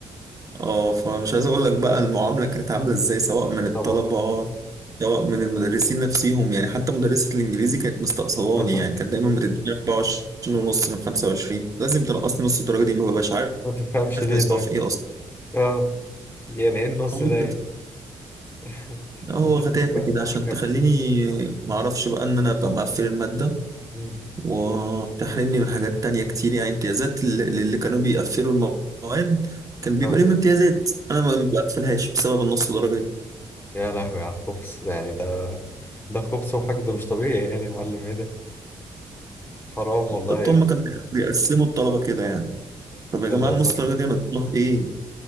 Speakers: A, on the right; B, on the left.
A: اه فمش عايز اقول لك بقى المعامله كانت عامله ازاي سواء من الطلبه
B: طبعا
A: سواء من المدرسين نفسهم يعني حتى مدرسه الانجليزي كانت مستقصداني
B: <laughs>
A: يعني كانت دايما بتديني 24 ونص من 25 لازم تنقصني نص الدرجه دي ما ببقاش عارف
B: ما تفهمش ليه
A: نقصتها
B: طيب
A: في ايه اصلا
B: أه يعني إيه النص
A: هو
B: ده يعني
A: كده
B: <laughs>
A: هو
B: أنت
A: غتاتة
B: تلاقيه بقى
A: كده عشان
B: كم
A: تخليني ما اعرفش بقى ان انا ابقى مقفل الماده
B: مم.
A: وتحرمني من حاجات تانية كتير يعني امتيازات ل- للي كانوا بيقفلوا المواد كان بيبقى
B: آه.
A: ليهم امتيازات انا ما بقفلهاش بسبب النص درجه
B: يا لهوي على الخبز ده يعني ده ده خبز وحقد مش طبيعي يعني يا معلم ايه ده حرام
A: بالظبط
B: والله يعني
A: هم كانوا بيقسموا الطلبة كده يعني طب يا
B: للأسف
A: جماعة النص درجة دي أنا في إيه؟